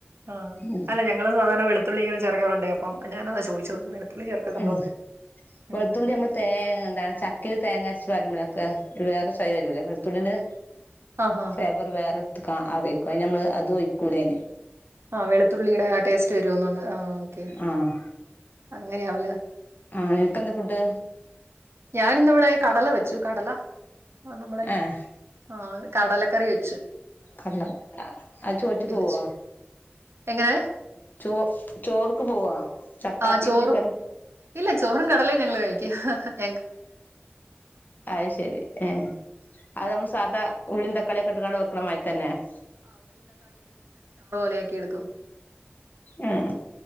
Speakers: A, on the right (about 85°); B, on the left (about 45°).
A: ആ
B: ഉം
A: അല്ല ഞങ്ങള് സാധാരണ വെളു തുള്ളി ഇങ്ങന ചേർക്കാറുണ്ട് അപ്പ ഞാന് അത ചോദിച്ചത് വെളുത്തുള്ളി ചേർക്കുന്നുണ്ടോന്ന്
B: ഉം
A: ഉം
B: വെളുത്തുള്ളി നമ്മള് തേ എന്താണ് ചക്കേൽ തേങ്ങ അര വരുമ്പൊക്കെ വേറെ ചൈ വരൂല്ലേ വെളുത്തുള്ളിന്റെ
A: ആഹാ
B: ഫ്ലേവർ വേറെ ക്ക അറിയ്ക്ക അയ് ഞമ്മള് അതു വയ്ക്കൂലേന്
A: ആ വെളുത്തുള്ളിയുടെ ആ ടെസ് രുന്നുണ്ട് ആ ഓക്കെ
B: ആഹ്
A: അങ്ങനെയാവ
B: ആ ഏക്കെന്താ ഫുഡ്?
A: ഞാനിന്നിവിടെ കടല വെച്ചു കടല ആ നമ്മടെ
B: ഏഹ്
A: ആ കടലക്കറി വെച്
B: അതെയോ ആ ചോയ്ച്ചിക്ക്
A: പിന്നെ
B: പോകുവോ?
A: എങ്ങനെ?
B: ചോ ചോർക്ക് പോവോ? ചപ്പാത്തിക്ക്
A: ആ ചോറും
B: ചിക്കൻ
A: ഇല്ല ചോറും കടലേ ഞങ്ങള് കഴി ഹ ഹ ഹ
B: അയ് ശെരി ഏ അത് നമ്മള് സാധാ ഉള്ളീം തക്ക <unintelligible>
A: ലേക്കിയെടുക്കും.
B: ഉം